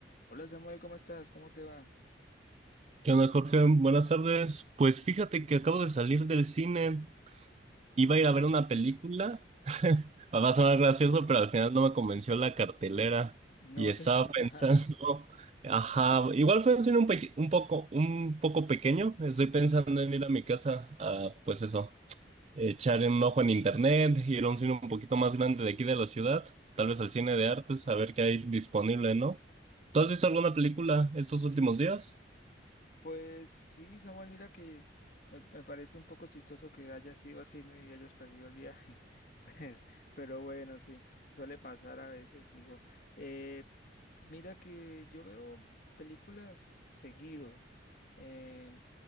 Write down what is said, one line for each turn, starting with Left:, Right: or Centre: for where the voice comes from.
Left: Hola Samuel, ¿cómo estás? ¿Cómo te va?
Right: ¿Qué onda, Jorge? Buenas tardes. Pues fíjate que acabo de salir del cine. Iba a ir a ver una película. <laughs> Va a sonar gracioso, pero al final no me convenció la cartelera.
Left: No
Right: Y estaba
Left: te... <laughs>
Right: pensando, <laughs> ajá, igual fue un cine un, peque- un poco, un poco pequeño. Estoy pensando en ir a mi casa a, pues eso, echar un ojo en internet, ir a un cine un poquito más grande de aquí de la ciudad, tal vez al cine de artes, a ver qué hay disponible, ¿no? ¿Tú has visto alguna película estos últimos días?
Left: Pues sí, Samuel, mira que me, me parece un poco chistoso que hayas sido así ¿no? y hayas perdido el viaje. <laughs> Pues, pero bueno, sí, suele pasar a veces, digo. Eh, mira que yo veo películas seguido em,